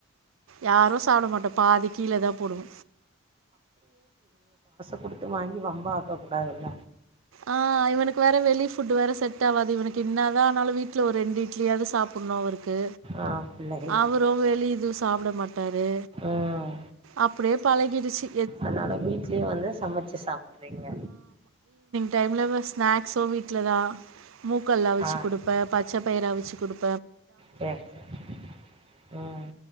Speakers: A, on the right; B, on the right.
A: யாரு சாப்ட மாட்டோ பாதி கீழதா போடுவோ.
B: குடுத்து வாங்கி வம்பா ஆக்கக் கூடாதல்ல.
A: ஆ இவனுக்கு வேற வெளி ஃபுட் வேற செட் ஆவாது இவனுக்கு. என்னதா ஆனாலு வீட்ல ஒரு ரெண்டு இட்லியாது சாப்டணு அவரு க்கு
B: ஆ பிள்ளைகள்
A: அவரு வெளிய இதுவு சாப்ட மாட் டாரு.
B: ம்
A: அப்படியே பழகிருச்சி.
B: அதனால வீட்லயே வந்து சமைச்சு சாப்படறீங்க.
A: டைம்ல வ ஸ்நாக்ஸு வீட்லதா. மூக்கல்ல அவிச்சு
B: ஆ
A: குடுப்பே ப ச்ச பயிறு அவிச்சு குடுப்
B: சேரி சேரி ம்